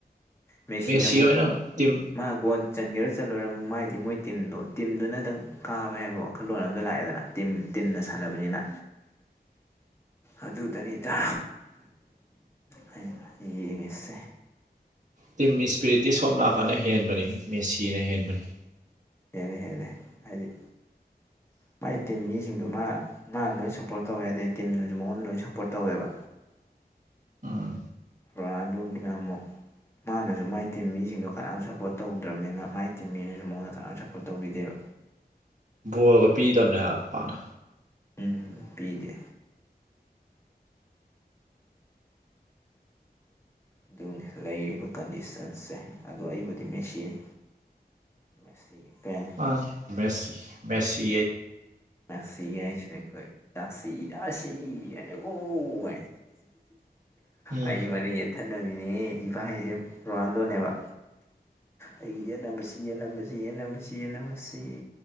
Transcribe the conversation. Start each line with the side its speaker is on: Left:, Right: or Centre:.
Left: ꯃꯦꯁꯤꯅ
Right: ꯃꯦꯁꯤ
Left: ꯑꯃꯨꯛ
Right: ꯑꯣꯏꯅ ꯇꯤꯝ
Left: ꯃꯥꯒꯣꯟ ꯆꯟꯒꯦꯔ ꯆꯠꯂꯣꯏꯔꯝ ꯃ ꯍꯥꯏꯗꯤ ꯃꯣꯏ ꯇꯤꯝꯗꯣ ꯇꯤꯝꯗꯨꯅꯗꯪ ꯀꯥꯕ ꯍꯥꯏꯕ ꯋꯥꯈꯜꯂꯣꯟ ꯑꯗ ꯂꯥꯛꯑꯦꯗꯅ ꯇꯤꯝ ꯇꯤꯝꯅ ꯁꯅꯕꯅꯤꯅ
Right: <unintelligible>
Left: ꯑꯗꯨꯗꯅꯤꯗ ꯍꯥꯏ ꯌꯦꯡꯉꯤꯁꯦ
Right: ꯇꯤꯝꯒꯤ ꯏꯁꯄꯤꯔꯤꯠꯇꯤ ꯁꯣꯝ ꯅꯥꯀꯟꯅ ꯍꯦꯟꯕꯅꯤ ꯃꯦꯁꯤꯅ ꯍꯦꯟꯕꯅꯤ
Left: ꯍꯦꯔ ꯍꯦꯔꯦ ꯍꯥꯏꯗꯤ
Right: <unintelligible>
Left: ꯃꯥꯒꯤ ꯇꯤꯝ ꯃꯤꯁꯤꯡꯗꯣ ꯃꯥ ꯃꯥꯅ ꯂꯣꯏ ꯁꯞꯄꯣꯔꯠ ꯇꯧꯋꯦ ꯑꯗꯩ ꯇꯤꯝꯅꯁꯨ ꯃꯉꯣꯟꯗ ꯂꯣꯏ ꯁꯞꯄꯣꯔꯠ ꯇꯧꯋꯦꯕ
Right: <unintelligible> ꯎꯝ
Left: ꯔꯥꯗꯒꯤꯅꯃꯣ ꯃꯥꯅꯁꯨ ꯃꯥꯏ ꯇꯤꯝ ꯃꯤꯁꯤꯡꯗꯣ ꯀꯅꯥꯝ ꯁꯞꯄꯣꯔꯠ ꯇꯧꯗ꯭ꯔꯕꯅꯤꯅ ꯃꯥꯏ ꯇꯤꯝ ꯃꯤꯅꯁꯨ ꯃꯉꯗ ꯀꯅꯥꯝ ꯁꯞꯄꯣꯔꯠ ꯇꯧꯕꯤꯗꯦꯕ
Right: <unintelligible> ꯄꯤꯗꯕꯅꯦ ꯍꯥꯏꯕ ꯄꯥꯛꯅ
Left: ꯎꯝ ꯄꯤꯗꯦ ꯑꯗꯨꯅꯤ ꯂꯩꯔꯤꯕ ꯀꯟꯗꯤꯁꯟꯁꯦ ꯑꯗꯨꯗꯣ ꯑꯩꯕꯨꯗꯤ ꯃꯦꯁꯤꯅꯤ ꯃꯦꯁꯤꯒꯤ ꯐꯦꯟꯅꯤ
Right: ꯃꯥ ꯃꯦꯁꯤ ꯃꯦꯁꯤꯁꯤ
Left: ꯉꯁꯤꯁ ꯅꯈꯣꯏꯁꯤ ꯁꯤꯔ ꯁꯤ ꯌꯥꯅ ꯑꯣ
Right: ꯎꯝ
Left: ꯑꯩꯃꯅ ꯌꯦꯠꯊꯠꯅꯕꯤꯅꯦꯍꯦ ꯏꯕꯥ ꯍꯥꯏꯁꯦ ꯔꯣꯍꯟꯗꯣꯅꯦꯕ ꯑꯩꯒꯤ ꯌꯦꯠꯅꯕꯁꯤ ꯌꯦꯠꯁꯤ ꯌꯦꯠꯁꯤ ꯌꯦꯅꯕꯁꯤ